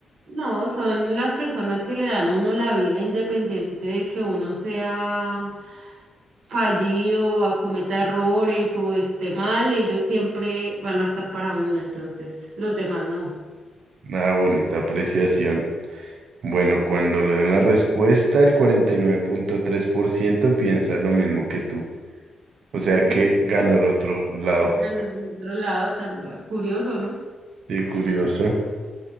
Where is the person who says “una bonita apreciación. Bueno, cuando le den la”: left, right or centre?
Right